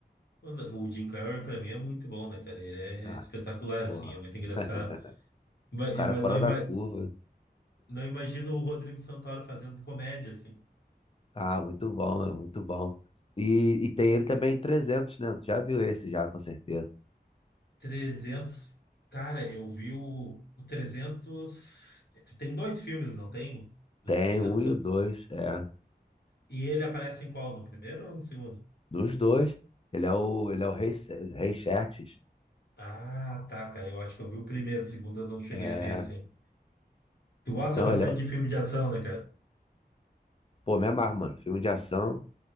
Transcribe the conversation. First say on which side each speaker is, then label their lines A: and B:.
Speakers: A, on the left; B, on the left.
A: Mano, O Jim Carrey, pra mim, é muito bom, né, cara? Ele é
B: Ah,
A: espetacular,
B: porra.
A: assim, é muito engraçado.
B: <laughs>
A: Mas,
B: O cara
A: mas
B: é fora
A: não, ima-
B: da curva.
A: não imagino o Rodrigo Santoro fazendo comédia, assim.
B: Ah, muito bom, é muito bom. E, e tem ele também em 300, né? Tu já viu esse já, com certeza.
A: trezentos Cara, eu vi o, o 300. Tem dois filmes, não tem? O
B: Tem
A: Do 300?
B: um e o dois, é.
A: E ele aparece em qual? No primeiro ou no segundo?
B: Dos dois, ele é o, ele é o Rei, Se- Rei Xerxes.
A: Ah, tá, cara. Eu acho que eu vi o primeiro, o segundo eu não cheguei
B: É.
A: a ver assim. Tu gosta
B: Não,
A: bastante
B: ele é... o-
A: de filme de ação, né, cara?
B: Pô, me amarro, mano. Filme de ação,